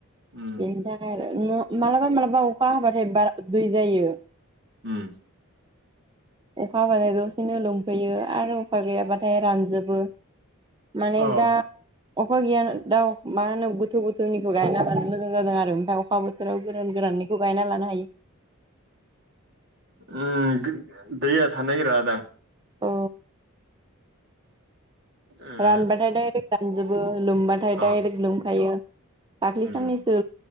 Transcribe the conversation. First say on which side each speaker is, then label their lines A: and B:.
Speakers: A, on the right (about 55°); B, on the right (about 20°).
A: उम
B: बेनि थाखाय आरो मालाबा मालाबा अखा हाबाथाय बारा दै जायो
A: उम।
B: अखा हाबाथाय दसेनो लोमफैयो आरो अखा गैयाबाथाय रानजोबो माने
A: औ
B: दा अखा गैयान दाउ मा होनो गोथौ गोथौनिखौ गायनालानो मोजां जादों आरो ओमफफ्राय अखा बोथोराव गोरान गोरा खौ गायना लानो हायो।
A: उम दै थानो नागिर दां।
B: औ।
A: उम
B: रानबाथाय दडायरेक्ट रानजोबो लोमबाथाय दडाइरेक्ट
A: अ
B: लुमखायो। दाखलैसाननैसो
A: उम